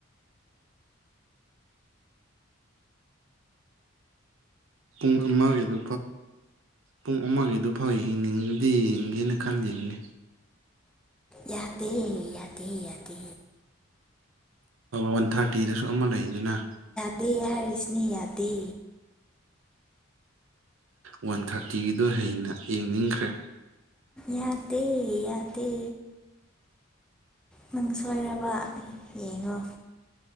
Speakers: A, on the right; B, in the centre.
A: ꯄꯨꯡ ꯑꯃꯒꯤꯗꯨ ꯄꯨꯡ ꯑꯃꯒꯤ ꯑꯗꯨ ꯐꯥꯎ ꯌꯦꯡꯅꯤꯡꯕꯗꯤ ꯌꯦꯡꯒꯦꯅ ꯈꯜꯂꯤꯕꯅꯤ
B: ꯌꯥꯗꯦ ꯌꯥꯗꯦ ꯌꯥꯗꯦ
A: ꯋꯥꯟ ꯊꯥꯔꯇꯤꯗꯁꯨ ꯑꯃ ꯂꯩꯔꯤ ꯑꯗꯨꯅ
B: ꯗꯦ ꯍꯥꯏꯔꯤꯁꯅꯤꯌꯥꯗꯦ
A: ꯋꯥꯟ ꯊꯥꯔꯇꯤꯗ ꯍꯩꯅ ꯌꯦꯡꯅꯤꯡꯈ꯭ꯔꯦ
B: ꯌꯥꯗꯦ ꯌꯥꯗꯦ ꯅꯪ ꯁꯣꯏꯔꯕ ꯌꯦꯡꯉꯣ